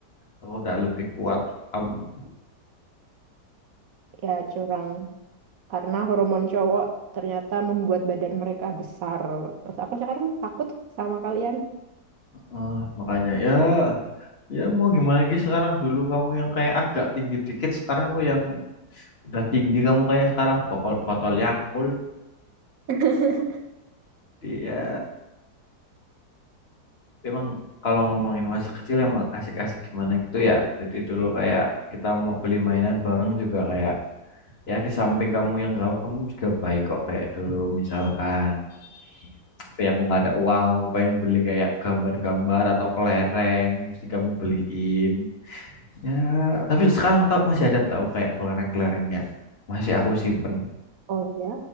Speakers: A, on the left; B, on the right.
A: Aku udah lebih kuat. Am-
B: Ya, curang. Karena hormon cowok ternyata membuat badan mereka besar. Terus aku sekarang takut sama kalian.
A: eh, makanya ya ya mau gimana lagi sekarang dulu kamu yang kayak agak tinggi dikit sekarang aku yang udah tinggi kamu kayak sekarang botol botol Yakult
B: <laughs>
A: dia memang kalau ngomongin masa kecil emang asik-asik gimana gitu ya. Jadi dulu kayak kita mau beli mainan bareng juga kayak ya di samping kamu yang galak kamu juga baik kok kayak dulu misalkan tapi aku nggak ada uang aku pengen beli kayak gambar-gambar atau kelereng mesti kamu beliin ya tapi sekarang tau masih ada tahu kayak kelereng-kelerengnya masih aku simpen
B: Oh iya.